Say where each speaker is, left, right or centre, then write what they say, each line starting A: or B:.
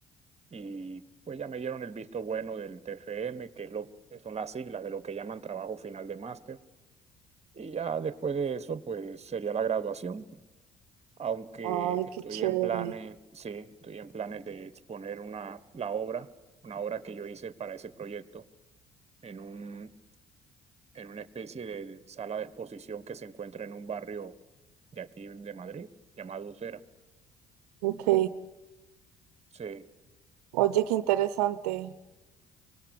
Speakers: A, on the right (about 35°); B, on the right (about 80°).
A: Y pues ya me dieron el visto bueno del TFM, que es lo, que son las siglas de lo que llaman trabajo final de máster. Y ya después de eso, pues sería la graduación, aunque
B: Ay,
A: estoy
B: qué chévere.
A: en planes, sí, estoy en planes de exponer una, la obra, una obra que yo hice para ese proyecto en un en una especie de sala de exposición que se encuentra en un barrio de aquí de Madrid, llamado Ucera.
B: Ok.
A: Sí,
B: Oye, qué interesante.